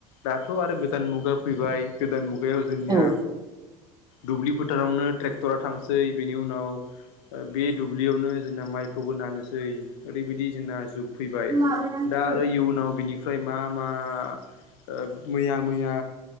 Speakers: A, on the left (about 65°); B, on the right (about 20°).
A: दाथ' आरो गोदान मुगा फैबाय गोदान मुगा बेयाव जोंनिया
B: औ
A: दुब्लि फोथारावनो ट्रेक्टरा थां सै बेनि उनाव बे दुब्लियावनो जोंना माइखौबो नानोसै ओरैबायदि जोंना जुग
B: <inaudible>
A: फैबाय
B: <unintelligible>
A: दा आरो इयुनाव बिनिफ्राय मा मा ओ मैया मैया